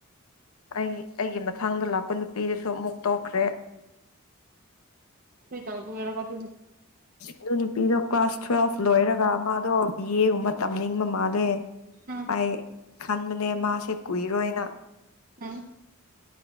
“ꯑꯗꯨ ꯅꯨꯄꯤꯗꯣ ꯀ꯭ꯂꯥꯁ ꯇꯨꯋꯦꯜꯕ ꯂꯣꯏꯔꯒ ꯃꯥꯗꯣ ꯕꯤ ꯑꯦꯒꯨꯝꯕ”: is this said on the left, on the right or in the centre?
Left